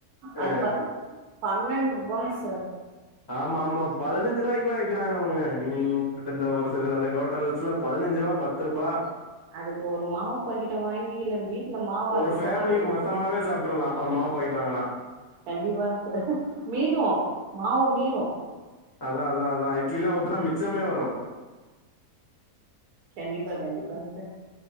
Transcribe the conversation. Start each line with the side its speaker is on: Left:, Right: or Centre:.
Left: அ
Right: அது பாத் பன்னெண்டு <inaudible> பௌன்சர்
Left: ஆமா மா பதினஞ்சு ரூவாய்க்குலா விக்கிறாங்கவுங்க நீங்க <unintelligible> இந்த ஒரு சில ஹோட்டல்ஸ்ல பதினஞ்சுரூவா பத் த்ருபா
Right: அதுக்கு ஒரு மாவு பாக்கெட்ட வாங்கி கீல வீட்ல மாவாரச்சு
Left: ஒரு ஃபேமிலி
Right: போட்டாலே
Left: மொத்தமாவே சாப்ட்றலாம் ஒரு மாவு பாக்கெட் வாங்குனா
Right: கண்டிப்பா சார் மீரு மாவு மீரு
Left: அதா அதா அதா இட்லிலா ஊத்துனா மிச்சமே வரு
Right: கண்டிப்பா கண்டிப்பாங் சார்